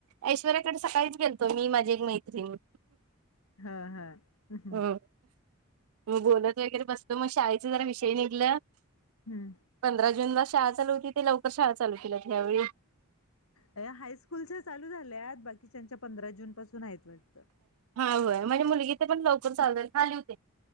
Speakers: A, on the right; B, on the left.
A: ऐश्वर्याकडे सकाळीच गेलतो मी माझी एक मैत्रीण
B: हा हा्म
A: ह मग बोलत वगैरे बसत मग शाळेचा जरा विषय निघल
B: हम्म
A: पंधरा जून ला शाळा चालू होती ते लवकर शाळा चालू केल्यातल्यावेळी
B: अ हायस्कूलच्या चालू झाल्या आहेत बाकीच्याच्या पंधरा जून पासून आहेतट
A: हाय म्हणे मुलगीचे पण ल ण चालत खाली होते